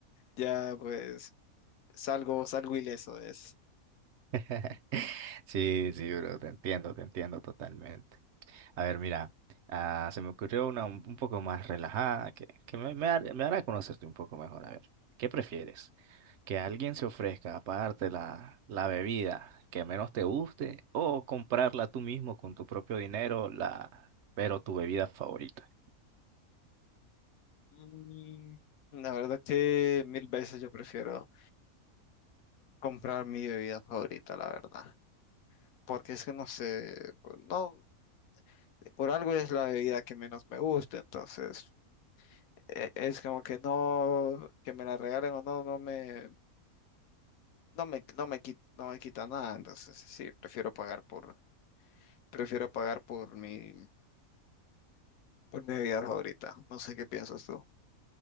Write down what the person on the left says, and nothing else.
Ya, pues Salgo, salgo ileso de eso.
Mm, La verdad que mil veces yo prefiero comprar mi bebida favorita, la verdad. Porque es que no sé, no, por algo es la bebida que menos me gusta, entonces e- es como que no, que me la regalen o no, no me, no me, no me quita, no me quita nada, entonces sí, prefiero pagar por, prefiero pagar por mi, por mi bebida favorita. No sé qué piensas tú.